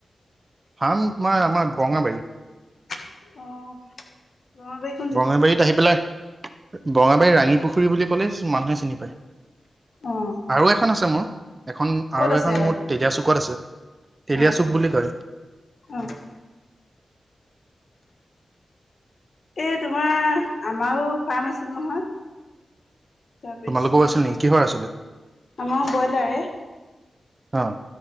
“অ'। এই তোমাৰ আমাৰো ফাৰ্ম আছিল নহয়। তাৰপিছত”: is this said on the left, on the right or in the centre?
Left